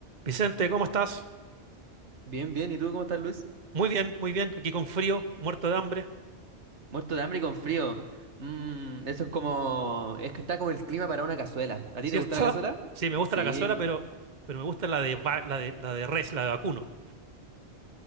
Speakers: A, on the right; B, on the right.
A: Vicente, ¿cómo estás?
B: Bien, bien. ¿Y tú cómo estás, Luis?
A: Muy bien, muy bien. Aquí con frío, muerto de hambre,
B: Muerto de hambre y con frío. Mm, eso es como... Es que está como el clima para una cazuela. ¿A ti
A: ¿cierto?
B: te gusta la cazuela?
A: Sí, me gusta
B: Sí.
A: la cazuela, pero, pero me gusta la de, va- la de, la de res, la de vacuno.